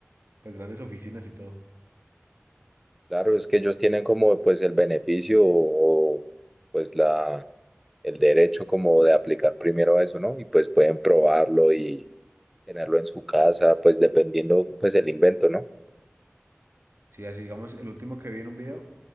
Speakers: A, on the right; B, in the centre.
A: pues grandes oficinas y todo.
B: Claro, es que ellos tienen como pues el beneficio o, o, pues la el derecho como de aplicar primero eso, ¿no? Y pues pueden probarlo y tenerlo en su casa, pues dependiendo pues el invento, ¿no?
A: Sí, así digamos, el último que vi en un video